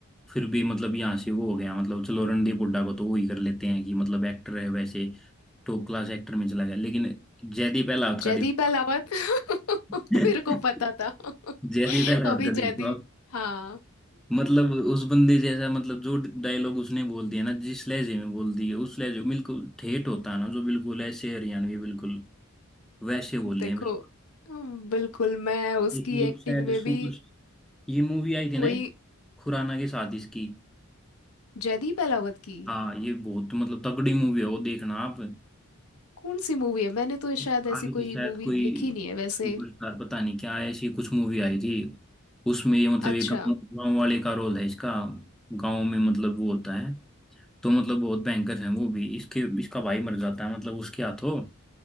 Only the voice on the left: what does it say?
जयदीप
अहलावत <laughs>
मेरे को पता था
<laughs>
अभी
जयदीप
हाँ
देखो
बिल्कुल मैं उसकी
एक्टिंग
में
भी
कोई
जयदीप अहलावत की
कौन सी मूवी है मैंने तो
शायद ऐसी
कोई
मूवी
देखी नहीं है वैसे
अच्छा